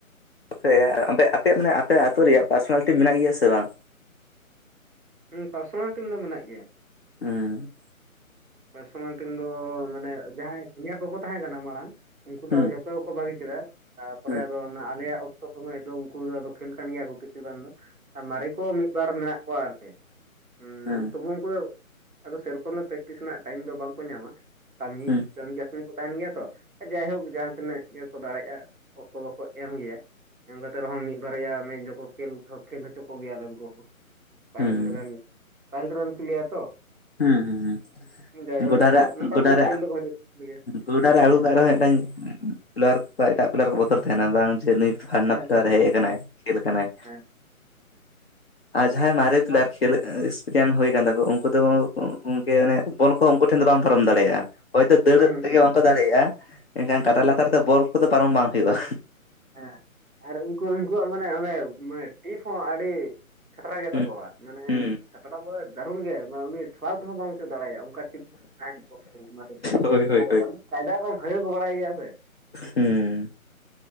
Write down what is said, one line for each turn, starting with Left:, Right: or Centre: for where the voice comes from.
Left: ᱟᱯᱮ ᱟᱯᱮᱭᱟᱜ ᱟᱯᱮᱭᱟᱜ ᱢᱟᱱᱮ ᱟᱯᱮ ᱟᱹᱛᱩ ᱨᱮᱭᱟᱜ ᱯᱟᱨᱥᱚᱱᱟ ᱞᱤᱴᱤ ᱢᱮᱱᱟᱜ ᱜᱮᱭᱟ ᱥᱮ ᱵᱟᱝ ᱾
Centre: ᱦᱩᱸ ᱯᱟᱨᱥᱚᱱᱟ ᱞᱤᱴᱤᱢ ᱫᱚ ᱢᱮᱱᱟᱜ ᱜᱮᱭᱟ ᱾
Left: ᱦᱮᱸ
Centre: ᱯᱟᱨᱥᱚᱱᱟᱞ ᱴᱤᱢ ᱫᱚ ᱢᱟᱱᱮ ᱡᱟᱦᱟᱸᱭ ᱥᱤᱱᱤᱭᱟᱨ ᱠᱚᱠᱚ ᱛᱟᱦᱮᱸ ᱠᱟᱱᱟ ᱢᱟᱲᱟᱝ ᱩᱱᱠᱩ ᱫᱚ
Left: ᱦᱩᱸ
Centre: ᱡᱷᱚᱛᱚ ᱠᱚ ᱵᱟᱹᱜᱤ ᱠᱮᱫᱟ ᱛᱟᱯᱚᱨᱮ
Left: ᱦᱩᱸ
Centre: ᱟᱫᱚ ᱚᱱᱟ ᱟᱞᱮᱭᱟᱜ ᱚᱠᱛᱚ ᱥᱚᱢᱚᱭ ᱫᱚ ᱩᱱᱠᱩ ᱫᱚ ᱟᱫᱚ ᱠᱷᱮᱞ ᱠᱟᱱ ᱜᱮᱭᱟ ᱠᱚ ᱠᱤᱪᱷᱩ ᱜᱟᱱ ᱫᱚ ᱟᱨ ᱢᱟᱨᱮ ᱠᱚ ᱢᱤᱫ ᱵᱟᱨ ᱢᱮᱱᱟᱜ ᱠᱚᱣᱟ ᱟᱨᱠᱤ ᱮᱸ ᱱᱮᱞ
Left: ᱦᱩᱸ
Centre: ᱛᱚᱵᱩ ᱩᱱᱠᱩ ᱫᱚ ᱟᱫᱚ ᱥᱮᱨᱚᱠᱚᱢ ᱫᱚ ᱯᱮᱠ ᱴᱤᱥ ᱨᱮᱱᱟᱜ ᱴᱟᱭᱤᱢ ᱫᱚ ᱵᱟᱝᱠᱚ ᱧᱟᱢᱟ ᱠᱟᱹᱢᱤ
Left: ᱦᱩᱸ
Centre: ᱠᱟᱹᱢᱤ ᱠᱟᱹᱥᱱᱤ ᱩᱱᱠᱩ ᱠᱚ ᱛᱟᱦᱮᱱ ᱜᱮᱭᱟ ᱛᱚ ᱡᱟᱭᱦᱳᱠ ᱡᱟᱦᱟᱸ ᱛᱤᱱᱟᱹᱜ ᱜᱮᱠᱚ ᱫᱟᱲᱮᱭᱟᱜᱼᱟ ᱚᱠᱛᱚ ᱫᱚᱠᱚ ᱮᱢ ᱜᱮᱭᱟ ᱾ ᱮᱢ ᱠᱟᱛᱮ ᱨᱮᱦᱚᱸ ᱢᱤᱫ ᱵᱟᱨᱭᱟ ᱢᱤᱫᱡᱚᱠᱷᱚ ᱠᱷᱮᱞ ᱠᱷᱮᱞ ᱦᱚᱪᱚ ᱠᱚᱜᱮᱭᱟᱞᱮ ᱩᱱᱠᱩ ᱠᱚ ᱾ ᱯᱟᱦᱤᱞ
Left: ᱦᱩᱸ
Centre: ᱨᱮᱱ ᱯᱟᱦᱤᱞ ᱨᱮᱱ ᱯᱤᱞᱭᱟᱨ ᱛᱚ᱾
Left: ᱦᱩᱸ ᱦᱩᱸ
Centre: ᱡᱟᱭᱦᱳᱠ
Left: ᱦᱩᱸ ᱜᱚᱰᱟ
Centre: ᱟᱫᱚ
Left: ᱨᱮ
Centre: ᱢᱚᱴᱟᱢᱩᱴᱤ
Left: ᱜᱚᱰᱟ ᱨᱮ
Centre: ᱠᱷᱮᱞ ᱫᱚ ᱵᱷᱟᱜᱮ ᱠᱚ ᱠᱷᱮᱞ ᱜᱮᱭᱟ
Left: ᱜᱚᱰᱟ
Centre: ᱦᱮᱸ
Left: ᱨᱮ ᱟᱲ <unintelligible> ᱨᱮᱦᱚᱸ ᱢᱤᱫᱴᱟᱝ ᱯᱞᱤᱭᱟᱨ ᱠᱚᱠᱚ ᱮᱴᱟᱜ ᱯᱞᱟᱨ ᱠᱚ ᱵᱚᱛᱚᱨ ᱛᱟᱦᱮᱱᱟ ᱵᱟᱝ ᱡᱮ ᱱᱩᱭ ᱯᱟᱞᱱᱟ
Centre: ᱦᱮᱸ
Left: ᱯᱞᱟᱨ ᱮ ᱦᱮᱡ ᱟᱠᱟᱱᱟᱭ᱾ ᱠᱷᱮᱞ ᱠᱟᱱᱟᱭ
Centre: ᱦᱮᱸ
Left: ᱟᱨ ᱡᱟᱦᱟᱸᱭ ᱢᱟᱨᱮ
Centre: ᱟᱫᱚ
Left: ᱯᱞᱟᱨ
Centre: ᱦᱟᱸᱜ
Left: ᱠᱷᱮᱞ ᱮᱠᱥᱯᱮᱨᱤᱭᱮᱱᱥ ᱦᱩᱭ ᱟᱠᱟᱱ ᱛᱟᱠᱚᱣᱟ ᱩᱱᱠᱩ ᱫᱚ ᱜᱚᱝᱠᱮ ᱵᱚᱞ ᱠᱚ ᱩᱱᱠᱩ ᱴᱷᱮᱱ ᱫᱚ ᱵᱟᱢ ᱯᱟᱨᱚᱢ ᱫᱟᱲᱮᱭᱟᱜᱼᱟ᱾ ᱦᱳᱭᱛᱳ ᱫᱟᱹᱲ
Centre: ᱦᱩᱸ
Left: ᱛᱮᱜᱮ
Centre: ᱦᱩᱸ
Left: ᱵᱟᱝᱠᱚ ᱫᱟᱲᱮᱭᱟᱜᱼᱟ ᱮᱱᱠᱷᱟᱱ
Centre: ᱦᱩᱸ
Left: ᱠᱟᱴᱟ ᱞᱟᱛᱟᱨ ᱛᱮᱫᱚ ᱵᱚᱞ ᱠᱚᱫᱚ ᱯᱟᱨᱚᱢ ᱵᱟᱝ ᱦᱩᱭᱩᱜᱼᱟ᱾
Centre: ᱦᱮᱸ ᱟᱨ ᱩᱱᱠᱩ ᱩᱱᱠᱩᱣᱟᱜ ᱢᱟᱱᱮ ᱚᱱᱮ ᱢᱟᱱᱮ ᱴᱤᱯ ᱦᱚᱸ ᱟᱹᱰᱤ ᱠᱷᱟᱛᱨᱟ ᱜᱮᱛᱟ
Left: ᱦᱩᱸ
Centre: ᱠᱚᱣᱟ᱾ ᱢᱟᱱᱮ
Left: ᱦᱩᱸ
Centre: ᱠᱷᱟᱛᱨᱟ ᱵᱚᱞᱮ ᱫᱟᱨᱩᱱ ᱜᱮ ᱩᱱᱤ ᱴᱷᱟᱞᱟᱣ ᱛᱮᱦᱚᱸ ᱵᱟᱢ ᱴᱷᱤᱠᱟᱹ ᱫᱟᱲᱮᱭᱟᱜᱼᱟ, ᱚᱸᱠᱟ ᱴᱤᱠ ᱛᱟᱦᱮᱸᱱ ᱠᱚ <unintelligible>
Left: ᱦᱳᱭ ᱦᱳᱭ
Centre: ᱠᱟᱭᱫᱟ ᱠᱚ ᱵᱷᱟᱹᱜᱮ ᱠᱚ ᱵᱟᱲᱟᱭ ᱜᱮᱭᱟ ᱥᱮ᱾
Left: ᱦᱮᱸ,